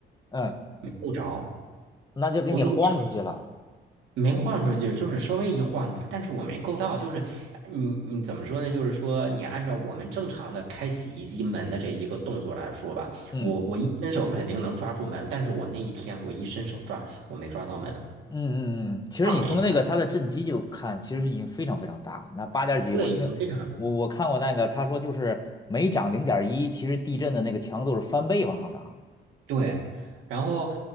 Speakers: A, on the left (about 20°); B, on the right (about 85°).
A: 嗯，
B: 没够着，
A: 那就给你晃出去了。
B: 我有点没晃出去，就是稍微一晃，但是我没够到，就是你你怎么说呢？就是说你按照我们正常的开洗衣机门的这一个动作来说吧，
A: 嗯。
B: 我我一伸手肯定能抓住门，但是我那一天我一伸手抓，我没抓到门，
A: 嗯嗯嗯，其实你从那个它的震级就看，
B: 晃了一下，
A: 其实已经非常非常大。那八点儿几，
B: 对，
A: 我听
B: 已经非常
A: 我我看过那个，他说就是每涨零点一，其实地震的那个强度是翻倍往上涨，
B: 对，然后